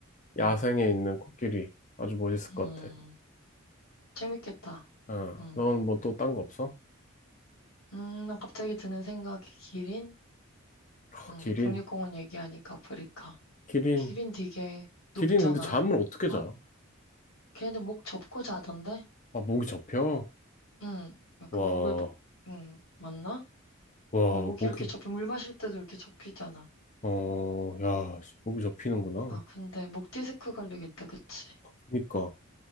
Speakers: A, on the left (about 35°); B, on the left (about 85°).
A: 야생에
B: 응
A: 있는 코끼리. 아주 멋있을
B: 음.
A: 것 같아.
B: 재밌겠다.
A: 어,
B: 응
A: 넌 뭐 또 딴 거 없어?
B: 음, 난 갑자기 드는 생각이 기린?
A: 아,
B: 응
A: 기린.
B: 국립공원 얘기하니까 아프리카.
A: 기린.
B: 기린 되게 높잖아.
A: 기린 근데 잠을 어떻게
B: 아,
A: 자?
B: 걔네 목 접고 자던데?
A: 아, 목이 접혀.
B: 응. 약간
A: 와,
B: 목을 막, 응. 맞나?
A: 와,
B: 어, 목
A: 목이.
B: 이렇게 접히, 물 마실 때도 이렇게 접히잖아.
A: 어, 야, 씨, 목이 접히는구나.
B: 아, 근데 목 디스크 걸리겠다, 그치?
A: 그니까,